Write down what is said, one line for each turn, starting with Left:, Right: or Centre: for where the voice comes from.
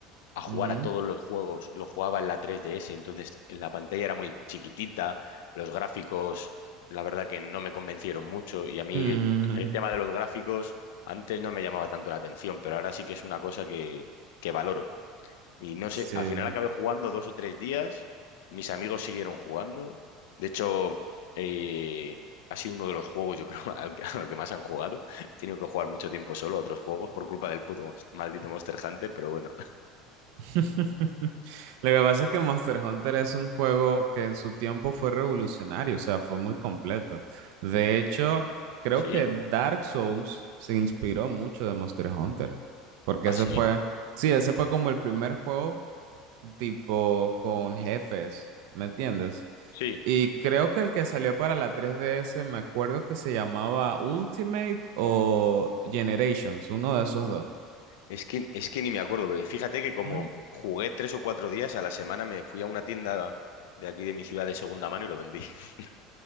Left: a jugar
Right: Ujú.
Left: a todos los juegos. Lo jugaba en la 3DS, entonces en la pantalla era muy chiquitita, los gráficos, la verdad que no me convencieron mucho y a mí
Right: Mm,
Left: el tema de los gráficos antes no me llamaba tanto la atención, pero ahora sí que es una cosa que, que valoro. Y no sé,
Right: sí.
Left: al final acabé jugando dos o tres días, mis amigos siguieron jugando, de hecho... eh, ha sido uno de los juegos, yo creo, <laughs> al que- a lo que más han jugado. He tenido que jugar mucho tiempo solo a otros juegos por culpa del puto mos- maldito Monster Hunter, pero bueno,
Right: <laughs> Lo que pasa es que Monster Hunter es un juego que en su tiempo fue revolucionario, o sea, fue muy completo. De hecho, creo
Left: <laughs>
Right: que Dark
Left: sí.
Right: Souls se inspiró mucho de Monster Hunter, porque
Left: ¿Ah,
Right: ese
Left: sí?
Right: fue, sí, ese fue como el primer juego tipo con jefes, ¿me entiendes?
Left: Sí.
Right: Y creo que el que salió para la 3DS, me acuerdo que se llamaba Ultimate o Generations, uno de esos
Left: Uf,
Right: dos.
Left: Es que, es que ni me acuerdo, pero fíjate que
Right: Ujú.
Left: como jugué tres o cuatro días a la semana, me fui a una tienda de aquí de mi ciudad de segunda mano y lo vendí. <laughs>